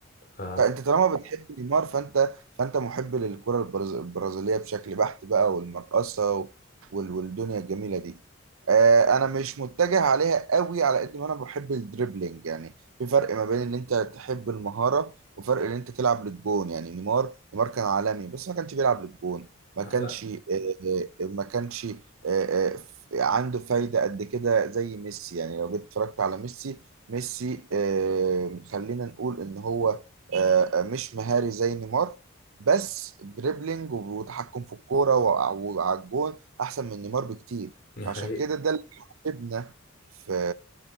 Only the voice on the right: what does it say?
لا انت طالما بتحب نيمار فانت فانت محب للكرة البرز- البرازيلية بشكل بحت بقى والمرقصة و- وال- والدنيا الجميلة دي آه، انا مش متجه عليها قوي على قد ما انا بحب الدريبلينج يعني في فرق ما بين ان انت تحب المهارة وفرق ان انت تلعب للجون يعني نيمار نيمار كان عالمي بس ما كانش بيلعب للجون ما كانش
آه، آه، ما كانش آه، آه، عنده فايدة قد كده زي ميسي يعني لو جيت اتفرجت على ميسي ميسي آه، خلينا نقول ان هو آه، آه، مش مهاري زي نيمار بس دريبلينج وتحكم في الكوره وع- وعلى الجون احسن من نيمار بكتير
فعشان
كده ده اللي حببنا في